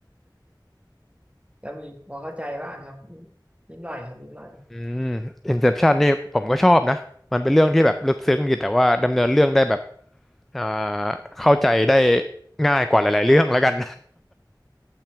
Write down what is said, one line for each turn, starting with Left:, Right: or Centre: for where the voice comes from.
Right: <laughs> ก็มีพอเข้าใจบ้างครับนิดนิดหน่อยครับนิดหน่อย
Centre: อืม Inception นี่ผมก็ชอบนะมันเป็นเรื่องที่แบบลึกซึ้งดีแต่ว่าดำเนินเรื่องได้แบบอ่าเข้าใจได้ง่ายกว่าหลายๆเรื่องแล้วกัน